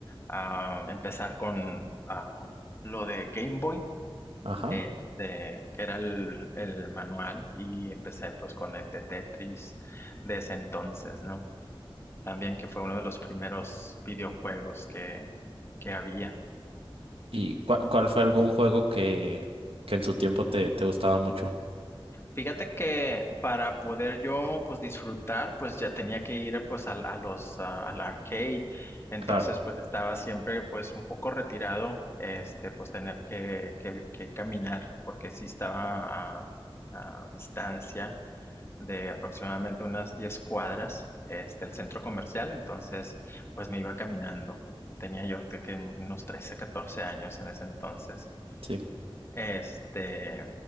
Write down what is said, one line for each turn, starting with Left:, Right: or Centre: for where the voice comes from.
Left: a empezar con ah, lo de Game Boy,
Right: Ajá.
Left: eh, de- que era el, el manual, y empecé pues con el de Tetris de ese entonces, ¿no? También que fue uno de los primeros videojuegos que, que había.
Right: ¿Y cua- cuál fue algún juego que, que en su tiempo te, te gustaba mucho?
Left: Fíjate que para poder yo pues disfrutar pues ya tenía que ir pues al, a los a- al arcade entonces
Right: Claro,
Left: pues estaba siempre pues un poco retirado este pues tener que, que, que caminar porque sí estaba a, a distancia de aproximadamente unas 10 cuadras este el centro comercial entonces pues me iba caminando tenía yo te- que unos 13 14 años en ese entonces
Right: sí.
Left: este,